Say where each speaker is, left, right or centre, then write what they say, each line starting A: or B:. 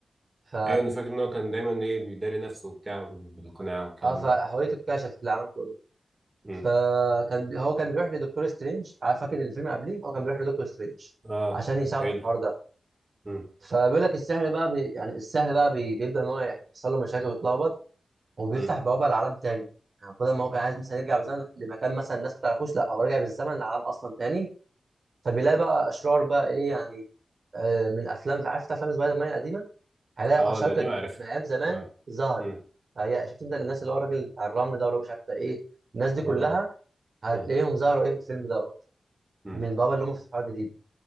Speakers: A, on the right; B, on the right.
A: ف
B: ايوه انا فاكر ان هو كان دايما ايه بيداري نفسه وبتاع بالقناع والكلام
A: اه فهويته اتكشفت للعالم كله
B: ده
A: فكان بي... هو كان بيروح لدكتور سترينج عارف فاكر الفيلم قبليه هو كان بيروح لدكتور سترينج
B: اه
A: عشان يساعده
B: حلو
A: في الحوار ده
B: مم.
A: فبيقول لك السحر بقى بي... يعني السحر بقى بي... بيبدا ان هو يحصل له مشاكل ويتلخبط وبيفتح
B: مم.
A: بوابه لعالم تاني يعني بدل ما هو كان عايز مثلا يرجع بالزمن لمكان مثلا الناس ما تعرفوش لا هو رجع بالزمن لعالم اصلا تاني فبيلاقي بقى اشرار بقى ايه يعني آه، من افلام عارف افلام سبايدر مان القديمه هيلاقي
B: اه
A: اشرار
B: لا
A: كانت
B: دي معرفة
A: من ايام زمان
B: اه
A: ظهرت
B: مم.
A: فهي شفت انت الناس اللي هو الراجل بتاع الرمل ده ولا مش عارف بتاع ايه الناس دي
B: اه
A: كلها هتلاقيهم
B: مم.
A: ظهروا ايه في الفيلم دوت
B: مم.
A: من البوابه اللي هم فتحوها جديد